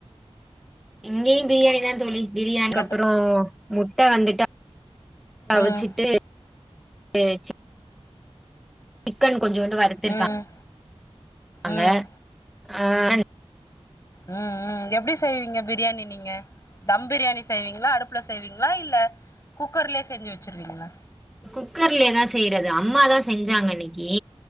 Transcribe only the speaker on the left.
என்னத்த
ம்
ம் ம்
உம் உம் எப்டி செய்வீங்க பிரியாணி நீங்க தம் பிரியாணி செய்வீங்களா அடுப் புல செய்வீங்களா இல்ல குக்கர்லயே செஞ்சு வச்சுருவீங்ளா